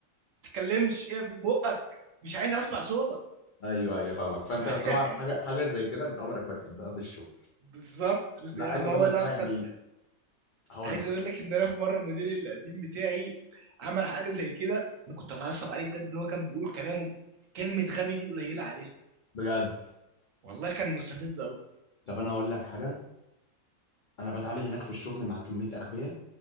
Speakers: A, on the right; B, on the left.
A: ما تتكلمش ايه في بقك مش عايز اسمع صوتك
B: ايوه ايوه فاهمك فانت
A: <laughs>
B: طبعا حاجه حاجه زي كده انت عمرك ما تحبها في الشغل
A: بالظبط بس
B: لا
A: يعني
B: عايز
A: ما
B: اقول
A: هو
B: لك
A: ده
B: بقى
A: اكتر
B: يعني هقول
A: عايز
B: لك
A: اقول لك ان انا في مره مديري القديم بتاعي عمل حاجه زي كده انا كنت اتعصب عليه بجد ان هو كان بيقول كلام كلمه غبي دي قليله عليها
B: بجد
A: والله كان مستفز قوي
B: طب انا هقول لك حاجه انا بتعامل هناك في الشغل مع كميه اغبياء